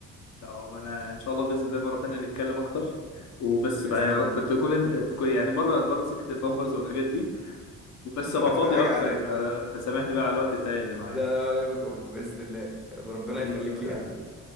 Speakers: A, on the left (about 65°); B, in the centre.
A: لا ما انا ان شاء الله باذن الله مره تانية نتكلم اكتر وبس
B: بإذن
A: بقى يا
B: الله
A: رب تكون انت تكون يعني بره بره سكه البامبرز والحاجات دي وبس
B: <laughs>
A: ابقى فاضي
B: في حاجة
A: اكتر
B: عادية
A: ف... فسامحني بقى على الوقت الضيق اللي معايا
B: لا لا ولا يبقى بإذن الله ربنا
A: حبيبي
B: يخليك
A: يا محمد
B: ليها يا حبيبي